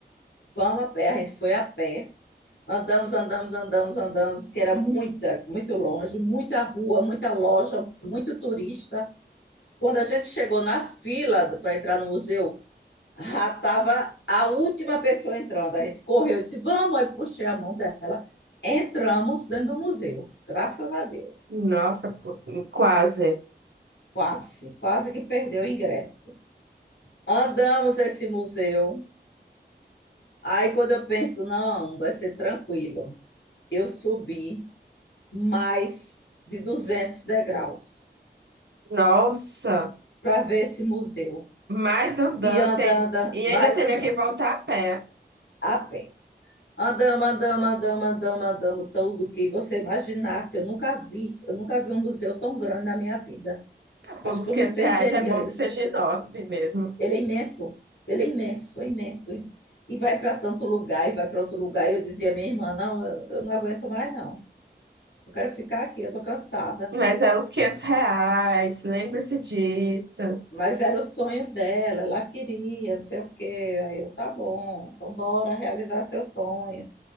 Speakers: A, on the left; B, on the right.
A: vamos a pé, a gente foi a pé, andamos, andamos, andamos, andamos, que era muita, muito longe, muita rua, muita loja, muito turista. Quando a gente chegou na fila para entrar no museu, já estava a última pessoa entrando. A gente correu, disse, vamos, aí puxei a mão dela. Entramos dentro do museu, graças a Deus.
B: Nossa, pô, quase.
A: Quase, quase que perdeu o ingresso. Andamos esse museu. Aí quando eu penso, não, vai ser tranquilo. Eu subi mais de 200 degraus
B: Nossa,
A: para ver esse museu.
B: mais andança.
A: E anda,
B: E ai-
A: anda,
B: e
A: mais
B: ainda teria
A: andando,
B: que voltar a pé.
A: a pé. Andamos, andamos, andamos, andamos, andamos, tudo que você imaginar, que eu nunca vi. Eu nunca vi um museu tão grande na minha vida. Acho
B: Por uns
A: que eu
B: quinhentos
A: me perderia
B: reais é bom
A: ali.
B: que seja enorme mesmo.
A: Ele é imenso, ele é imenso, é imenso. E, e vai para tanto lugar, e vai para outro lugar. E eu dizia, à minha irmã, não, eu, eu não aguento mais, não. Eu quero ficar aqui, eu estou cansada.
B: Mas é uns 500 reais, lembre-se disso.
A: Mas era o sonho dela, ela queria, não sei o quê. Aí eu, tá bom, então bora realizar seu sonho.